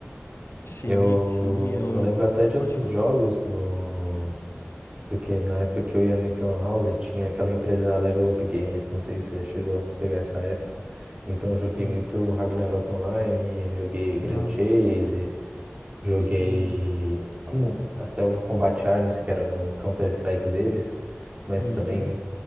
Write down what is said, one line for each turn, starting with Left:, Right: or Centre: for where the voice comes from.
Left: Sim,
Right: Eu,
Left: sim, eu...
Right: eu lembro até de
Left: Pode
Right: outros
Left: falar.
Right: jogos, no... porque na época que eu ia muito em Lan House, tinha aquela empresa Level Up Games, não sei se você chegou a pegar essa época. Então, eu joguei
Left: Hum.
Right: muito Ragnarok Online, joguei Grand
Left: Ah,
Right: Chase, joguei
Left: sim.
Right: hum, até o Combat Arms, que era um Counter-Strike deles, mas
Left: Uhum.
Right: também